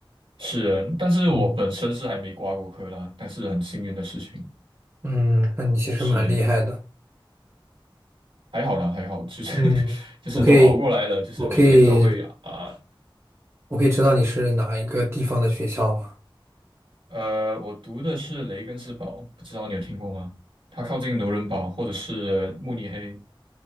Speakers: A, on the right; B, on the right.
A: 是。但是我本身是还没挂过科啦，
B: 嗯
A: 但是很幸运的事情
B: <laughs> 嗯，那你其实蛮厉害的。
A: 是，还好啦，还好，就是
B: 嗯，
A: <laughs> 就是都熬过来了，
B: 我可以，
A: 就是每天都会啊
B: 我可以，我可以知道你是哪一个地方的学校吗？
A: 呃，我读的是雷根斯堡，不知道你有听过吗？它靠近纽伦堡或者是慕尼黑，